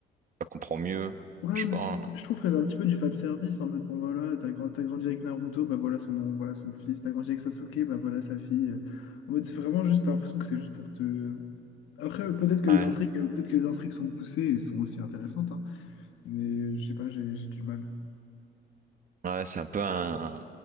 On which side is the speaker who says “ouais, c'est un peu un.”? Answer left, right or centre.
Right